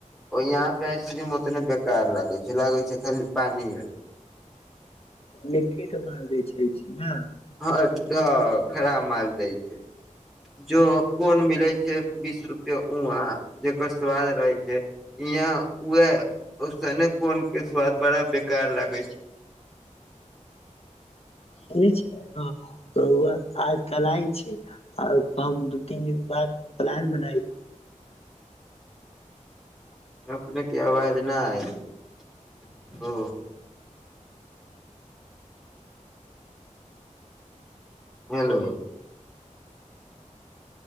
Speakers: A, in the centre; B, on the left (about 50°).
A: यहाँ पे आइसक्रीम उतने बेकार लागै छैय लागै छैय खाली पानि ह
B: <unintelligible> मार बेचै छी ने
A: हँ तऽ खराब माल दै छै जो कोन मिलै छै बीस रुपये उहाँ जेकर स्वाद रहै छै यहाँ वैह ओसने कोन के स्वाद बड़ा बेकार लागै छै
B: सुनै छै रौआ आज कल्हि छै आ हम दू तीन दिन बाद प्लान बनाई
A: अपने के आवाज नहि आइ ओ हेलो